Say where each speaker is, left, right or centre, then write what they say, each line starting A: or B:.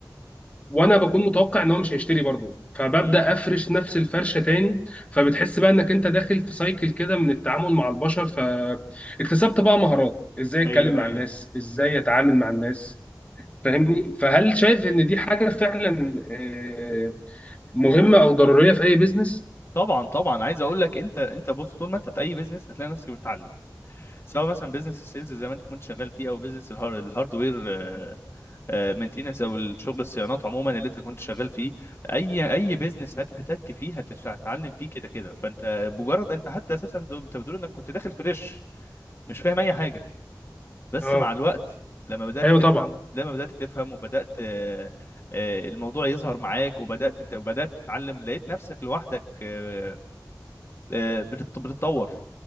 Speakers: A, on the left; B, on the left.
A: وانا بكون متوقع ان هو مش هيشتري برضه فببدا
B: مم.
A: افرش نفس الفرشه تاني فبتحس بقى انك انت داخل في سايكل كده من التعامل مع البشر فاكتسبت بقى مهارات ازاي اتكلم
B: ايوه
A: مع
B: ايوه
A: الناس ازاي اتعامل مع الناس فاهمني فهل شايف ان دي حاجه فعلا آه، مهمه او ضروريه في اي بيزنس
B: طبعا طبعا عايز اقول لك انت انت بص طول ما انت في اي بيزنس هتلاقي نفسك بتتعلم سواء مثلا بيزنس السيلز زي ما انت كنت شغال فيه او بيزنس الهاردوير مينتيننس او الشغل الصيانات عموما اللي انت كنت شغال فيه اي اي بيزنس هتحتك فيه هتتش- هتتعلم فيه كده كده فانت مجرد انت حتى اساسا انت بتقول انك كنت داخل فريش مش فاهم اي حاجة بس
A: اه
B: مع الوقت لما بدأت
A: ايوه
B: تفهم
A: طبعا
B: لما بدأت تفهم وبدأت آه، آه، الموضوع يظهر معاك وبدأت انت وبدأت تتعلم لقيت نفسك لوحدك آه، آه، بتت- بتتطور